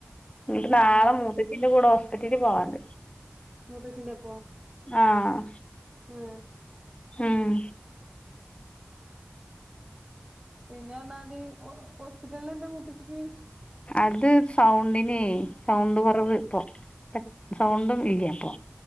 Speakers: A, on the left (about 30°); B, on the right (about 25°).
A: എനിക്ക് നാളെ
B: ആഹ്
A: മൂത്തച്ചിന്റെ കൂടെ ഹോസ്പിറ്റലിൽ പോവാണ്ട്.
B: മൂത്തച്ചിന്റെ ഒപ്പം.
A: ആഹ്
B: ആഹ്
A: ഉം.
B: പിന്നെ എന്നാല് ഹോ ഹോസ്പിറ്റലിൽ എന്താ മൂത്ത ച്ചിക്ക്?
A: അത് സൗണ്ടിനെ സൗണ്ട് കുറവ് ഇപ്പൊ. <unintelligible> സൗണ്ടും ഇല്ല ഇപ്പൊ